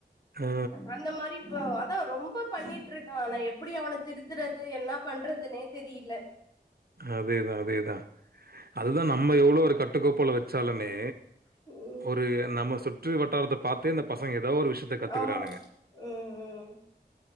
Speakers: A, on the right; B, on the left.
A: ஆ
B: அந்த மாரி ப்போ அதா ரொம்ப பண்ணிட்டு இருக்கா ஆனா எப்டி அவன திருத்துறது என்ன பண்றதுன்னே தெரியில
A: அதே தா அதே தா அதுதா நம்ம எவ்ளோ ஒரு கட்டுக்கோப்பல வச்சாலுமே
B: ம்
A: ஒரு நம்ம சுற்று வட்டாரத்த பாத்தே இந்த பசங்க ஏதாவ்து ஒரு விஷ் ஷ்த்த கத்துக்கிறானுங்க
B: ஆமா ம் ம்